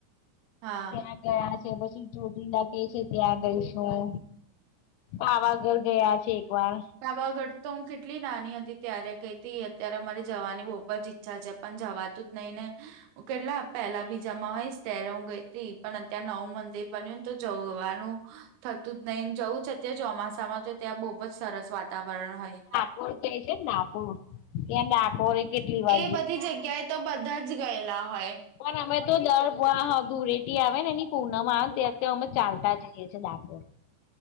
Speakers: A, on the right; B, on the left.
A: હા
B: ત્યાં ગયા છે પછી ચોટીલા કે છે ત્યાં ગઈ છું પાવાગઢ ગયા છે વાર
A: પાવાગઢ તો હું કેટલી નાની હતી ત્યારે ગઈ તી અત્યારે મારી જવાની બહુ જ ઈચ્છા છે. અન જવાતું જ નહી ને. હું કેટલા પેલા બીજા મા હઈશ ત્યારે હું ગઈ તી પણ અત્યારે નવું મંદિર બન્યું તો જવાવા નું. થતું જ નહીને જવું છે અત્યારે ચોમાસામાં તો ત્યાં બઉ જ સરસ વાતાવરણ હોય.
B: કો કઈ છે <unintelligible> ત્યાં ડાકોરે કેટલી વાર
A: એ બધી જગ્યાએ તો બધા જ ગયેલા હોય.
B: પણ અમે તો દર બ હા ધૂરેટી આવે ને એની પૂનમા આવે ત્યાં તો અમે ચાલતા જએ. એ છે ડાકોર.